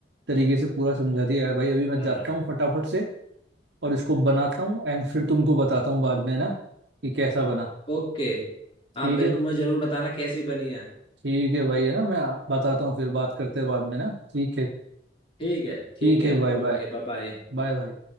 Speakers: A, on the right; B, on the left.
A: तरीके से पूरा समझा दिया यार भाई अभी मैं
B: हाँ
A: जाता हूँ फटाफट से और इसको बनाता हूँ एंड फिर तुमको बताता हूँ बाद में ना कि कैसा बना
B: ओके
A: ठीक
B: आप बिल्कुल
A: है
B: मुझे जरूर बताना कैसी बनी है
A: ठीक है भाई है ना मैं बताता हूँ फिर बात करते हैं बाद में ना ठीक है
B: ठीक है ठीक
A: ठीक
B: है
A: है बाय
B: Okay
A: बाय
B: bye bye
A: बाय भाई